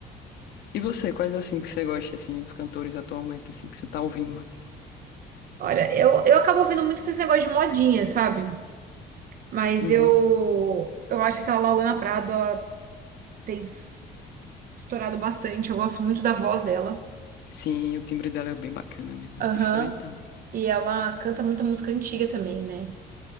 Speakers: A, on the left (about 75°); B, on the right (about 60°).
A: E você, quais assim que você gosta, assim, os cantores atualmente, assim, que você tá ouvindo mais?
B: Olha, eu, eu acabo ouvindo muito esses negócio de modinha, sabe? Mas
A: Uhum.
B: eu, eu acho que a Lauana Prado, ela tem s- estourado bastante. Eu gosto muito da voz dela.
A: Sim, o timbre dela é bem bacana mesmo.
B: Aham.
A: Diferentão.
B: E ela canta muita música antiga também, né?